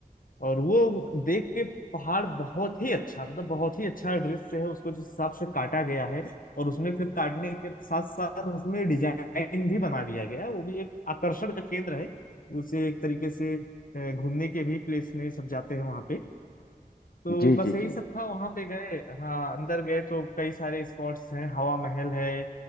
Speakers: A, on the left; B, on the left.
A: और वो देख के पहाड़ बहुत ही अच्छा मतलब बहुत ही अच्छा दृश्य है उसको जिस हिसाब से काटा गया है और उसमें फिर काटने के साथ साथ उसमें डिजाइन भी बना दिया गया है वो भी एक आकर्षण का केंद्र है उसे एक तरीके से अ, घूमने के भी प्लेस में सब जाते हैं वहां पे तो
B: जी
A: बस
B: जी
A: यही
B: जी
A: सब था वहां पे गए हाँ अंदर गए तो कई सारे स्पॉट्स हैं हवा महल है